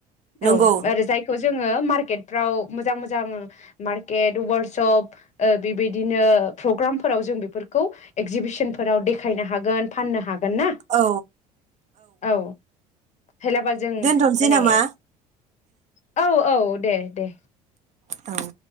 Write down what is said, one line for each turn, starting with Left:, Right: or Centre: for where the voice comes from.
Right: नंगौ
Left: औ आरो जायखौ जोङो मार्केतफोराव मोजां मोजां मार्केट वारकसप ओ बिबायदिनो प्रग्रामफोराव जों बेफोरखौ एक्जिबिस नफोराव देखायनो हागोन फाननो हा गोन ना?
Right: औ
Left: औ हेलाबा जों
Right: दोनथ'नोसै
Left: माने
Right: नामा
Left: औ औ। दे दे
Right: औ